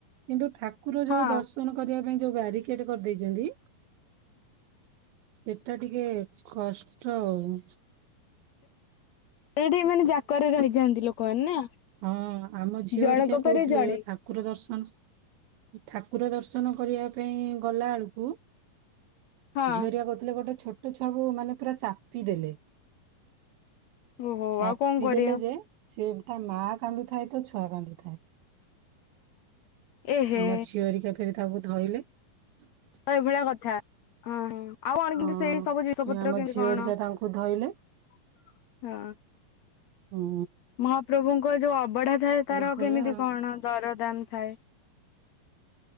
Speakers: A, on the right; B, on the left.
A: କିନ୍ତୁ ଠା କୁର
B: ହଁ।
A: ଯୋଉ ଦର୍ଶନ କରିବା ପାଇଁ ଯୋଉ ବାରିକେଟ କରିଦେଇଛନ୍ତି। ଏଟା ଟିକେ କ-ଅଷ୍ଟ। ଉ।
B: ସେଠି ମାନେ ଜାକରେ ରହିଯାଆନ୍ତି ଲୋକମାନେ ନା।
A: ହଁ, ଆମ ଝିଅ
B: ଜଣଙ୍କ
A: ହେରିକା କହୁଥିଲେ
B: ପରେ ଜଣେ।
A: ଠାକୁର ଦର୍ଶନ ଠାକୁର ଦର୍ଶନ କରିବା ପାଇଁ ଗଲା ଆଳକୁ
B: ହଁ
A: ଝିଅରିଆ କହୁଥିଲେ ଗୋଟେ ଛୋଟ ଛୁଆକୁ ମାନେ ପୁରା ଚାପି ଦେଲେ।
B: ଓହୋ
A: ଚାପି
B: ଆଉ କଣ କରିବା
A: ଦେଲେ ଯେ <inaudible> ସେ । ମା କାନ୍ଦୁଥାଏ ତ ଛୁଆ କାନ୍ଦୁଥାଏ। <inaudible>
B: ଏହେ
A: ଆମ ଝିଅରିକା । <unintelligible> ଧୋଇଲି ।
B: ଏଇଭଳିଆ କଥା <inaudible> ହଁ ହଁ। ଆଉ <unintelligible>
A: ହଁ
B: ସେଇ ସବୁ ଜିନିଷ
A: ପୁଣି
B: ପତ୍ର
A: ଆମ
B: କେମତି
A: ଝିଅ
B: କଣ?
A: ହେରିକା ତାଙ୍କୁ ଧଇଲେ
B: <inaudible> ହଁ ।
A: ଉଁ
B: ମହାପ୍ରଭୁଙ୍କ ଯୋଉ ଅବଢ଼ା ଥାଏ ତାର
A: ଏଇଭଳିଆ
B: କେମିତି
A: ଆଉ
B: କଣ ଦର? ଦାନ୍‌ ଖାଇ